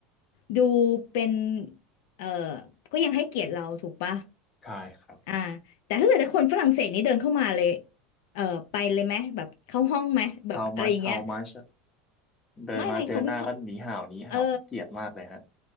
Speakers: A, on the left; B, on the left.
A: ดูเป็นเออก็ยังให้เกียรติเราถูกปะ
B: ใช่ครับ
A: อ่าแต่ถ้าเกิดแต่คนฝรั่งเศสนี่เดินเข้ามาเลยเออไปเลยไหมแบบเข้าห้องไหมแบบอะไรอย่างเงี้ย
B: how much how much เดินมาเจอหน้าก็หนีเห่าหนีเห่าผมเกลียดมากเลยฮะ
A: ไม่ไม่เขาไม่เขาเออ